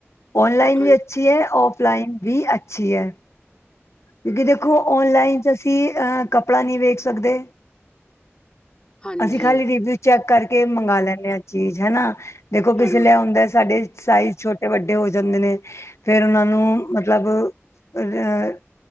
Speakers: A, on the left (about 75°); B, on the left (about 20°).
A: ਔਨਲਾਈਨ
B: ਹਾਂ
A: ਵੀ ਅੱਛੀ ਹੈ, ਔਫਲਾਈਨ ਵੀ ਅੱਛੀ ਹੈ। ਕਿਉਂਕਿ ਦੇਖੋ ਔਨਲਾਈਨ ਚ ਅਸੀਂ ਅਹ ਕੱਪੜਾ ਨਹੀਂ ਵੇਖ ਸਕਦੇ।
B: ਹਾਂਜੀ
A: ਅਸੀਂ ਖਾਲੀ ਰੀਵਿਊ ਚੈੱਕ ਕਰਕੇ ਮੰਗਾ ਲੈਂਦੇ ਹਾਂ ਚੀਜ਼ ਹੈਨਾ। ਦੇਖੋਂ ਕਿਸ
B: ਹਾਂਜੀ
A: ਲੈ ਆਉਦਾ ਸਾਡੇ ਸਾਈਜ਼ ਛੋਟੇ ਵੱਡੇ ਹੋ ਜਾਂਦੇ ਨੇ, ਫਿਰ ਉਹਨਾਂ ਨੂੰ ਮਤਲਬ ਅ